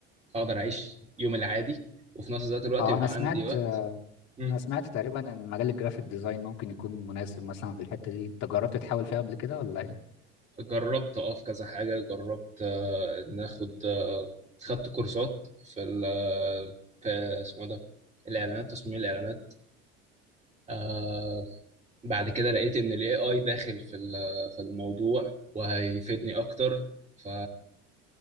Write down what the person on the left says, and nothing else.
اه
انا سمعت
انا سمعت تقريبا ان مجال الجرافيك ديزاين ممكن يكون مناسب مثلا في الحتة دي انت جربت تحاول فيها قبل كده ولا ايه